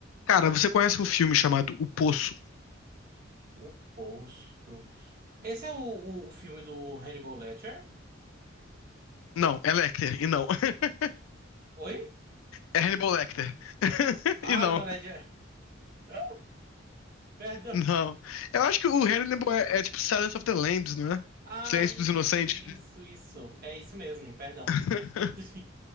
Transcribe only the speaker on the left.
Cara, você conhece um filme chamado O Poço?
Não, é Lecter, e não. <laughs>
É Hannibal Lecter. <laughs>
E não,
não. Eu acho que o Hannibal é, é tipo Silence of the Lambs, não é?
Silêncio
dos Inocentes.
<laughs>